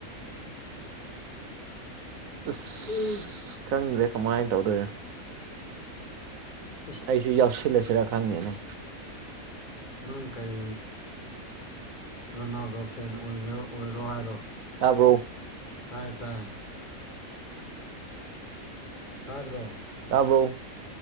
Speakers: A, on the right; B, on the left.
A: ꯑꯁ
B: <unintelligible>
A: ꯑꯁ ꯈꯪꯗ꯭ꯔꯦ ꯀꯃꯥꯏꯟ ꯇꯧꯗꯣꯏꯔ‌ꯣ
B: <unintelligible>
A: ꯑꯩꯁꯨ ꯌꯥꯎꯁꯤꯜꯂꯁꯤꯔꯥ ꯈꯪꯗꯦꯅꯦ
B: ꯅꯪ ꯀꯩ ꯔꯣꯅꯥꯜꯗꯣ ꯐꯦꯟ ꯑꯣꯏꯒ‌ꯦꯔꯥ ꯑꯣꯏꯔ‌ꯣ ꯍꯥꯏꯔꯣ
A: ꯇꯥꯕ꯭ꯔꯣ
B: ꯇꯥꯏꯌꯦ ꯇꯥꯏꯌꯦ ꯇꯥꯗ꯭ꯔꯣ
A: ꯇꯥꯕ꯭ꯔꯣ